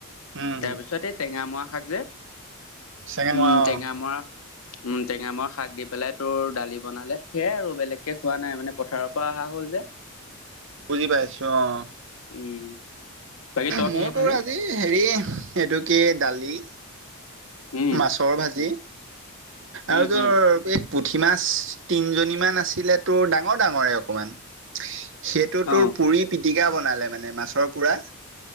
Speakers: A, on the right; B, on the left.
A: উম,
B: তাৰপিছত এই টেঙামৰা শাক যে,
A: চাগে
B: উম,
A: মই অ',
B: টেঙামৰা উম, টেঙামৰা শাক দি পেলাই তোৰ দালি বনালে। সেয়াই আৰু বেলেগকে খোৱা নাই, মানে পথাৰৰ পৰা অহা হ'ল যে।
A: বুজি পাইছোঁ অ',
B: উম বাকী তই
A: মইও
B: কিহে খালি
A: তোৰ আজি এই হেৰি, এইটো কি দালি
B: উম
A: মাছৰ ভাজি
B: উম
A: আৰু তোৰ
B: হম
A: এই পুঠি মাছ তিনজনীমান আছিলে তোৰ ডাঙৰ, ডাঙৰে অকমান। সেইটো তোৰ
B: অ
A: পুৰি পিটিকা বনালে মানে মাছৰ পুৰা।